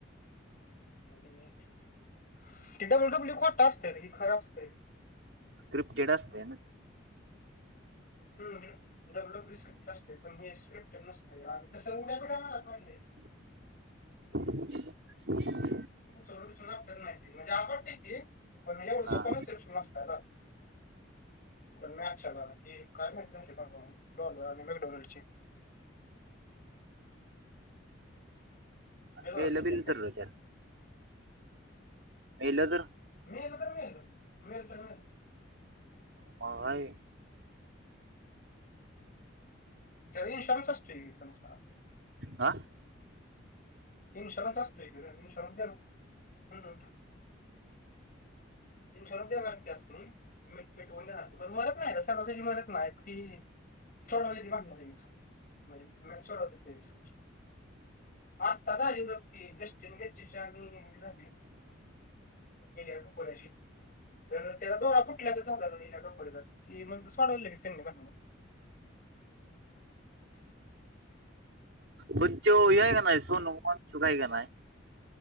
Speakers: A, on the left; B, on the right.
A: <unintelligible> ते डब्ल्यू डब्ल्यू खोटं असतं रे. हे खरं असतय.
B: स्क्रिप्टेड असतय ना?
A: ऊहुं. डब्ल्यू डब्ल्यू एफ स्क्रिप्टेड असतंय. पण हे स्क्रिप्टेड नसतंय. आणि तशा उड्या बिड्या मारत नायी हे.
B: <inaudible>
A: उचलून बीचलून आपटत नाही ती. म्हणजे आपटते ती. पण एवढ
B: हा
A: सोप नसतय <unintelligible> पण मच्यला काय मॅच झाली बाबा. डॉलर आणि मॅकडॉलची. बेजारात
B: मेल
A: मॅच
B: बिल
A: झाली
B: तर त्या. मेल तर?
A: मेल तर मेल. मेल तर मेल.
B: मग हाये.
A: त्याचा इन्शुरन्स असतोय त्यांचा.
B: हा.
A: इन्शुरन्स असतोय कीर. इन्शुरन्स देतात. हुं. इन्शरनस देणार त्यास्नी. मी मीटवून देणार. पण मरत नाय. सहजा सहजी मरत नाय ती. सोडवल्याती भडणं लागीच म्हजी मीच सोडवल्याती लगीच. आत्ता झाली बग ती जस्टिन गेच्चीची आणि हेजी झाली. एलिया <inaudible> तर त्याजा डोळा फू टल्यागत झाला रिया ढोपरेचा ती मग सोडावली लगीच त्यांनी भांडण. <inaudible>
B: पण त्यो हे हाय का नाय सोनम वांगचुक हाय कनाय